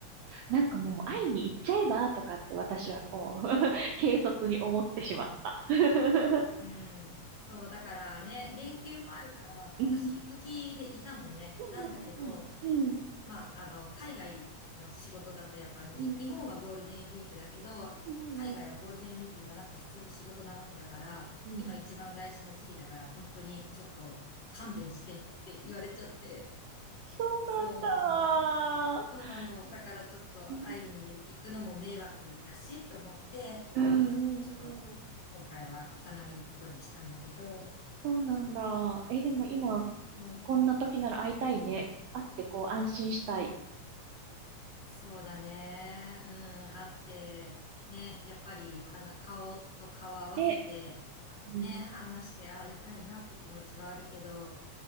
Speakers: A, on the right; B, on the left.
A: なんかもう会いに行っちゃえばとかって私はこう、<laughs> 軽率に思ってしまった。<laughs>
B: うん。そう、だからね、連休もあるから、
A: うん。
B: 私行く気でいたのね。
A: うんうんうん。
B: なんだけど、まあ、あの、海外の仕事だとやっぱに、
A: うん
B: 日本はゴールデンウィークだけど、
A: うんうんうん
B: 海外はゴールデンウィークじゃなくて普通に仕事なわけだから、
A: うん。
B: 今一番大事な時期だから、本当にちょっと勘弁してって言われちゃって。
A: そうなん
B: そうなの。
A: だ。
B: そうなの。だからちょっと会いに行くのも迷惑だし、
A: うん
B: と思って、
A: うんうん。
B: ちょっと今回は行かないことにしたんだけど、
A: そうなんだ。え、でも今、
B: そう。
A: こんな時なら会いたいね。会ってこう安心したい。
B: そうだね。うん、あって、ね、やっぱり花、顔と顔合わせて、
A: で、
B: あね、
A: うん
B: 話して会いたいなって気持ちはあるけど、